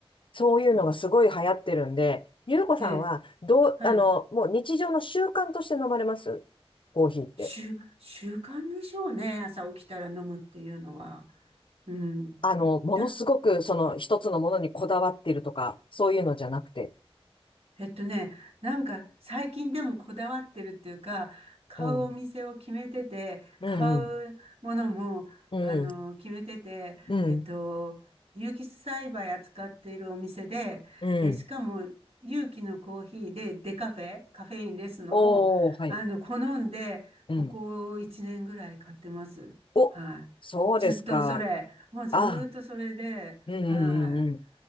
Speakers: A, on the left; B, on the right.
A: そういうのがすごい流行ってるんで、ゆうこさんは、
B: ええ
A: どう、
B: はい。
A: あの、もう日常の習慣として飲まれますコーヒーって。
B: 習、習慣でしょうね。朝起きたら飲むっていうのは。うん。
A: あの、ものすごく、
B: だ、
A: その、一つのものにこだわってるとか、そういうのじゃなくて。
B: えっとね、なんか最近でもこだわってるっていうか、買うお店を決めてて、
A: うん。うん、
B: 買うものも、
A: うん。
B: あの、
A: うん、
B: 決めてて、
A: うん、
B: えっと、有機栽培扱っているお店で、
A: うん。
B: で、しかも有機のコーヒーでデカフェ、カフェインレスのを、
A: おー、はい。
B: あの、好んで、
A: うん。
B: ここ1年ぐらい買ってます。
A: お、
B: はい。
A: そうですか。
B: ずっとそれ、もうずーっとそれで、
A: あ、うん、
B: はい。
A: うん、うん、うん。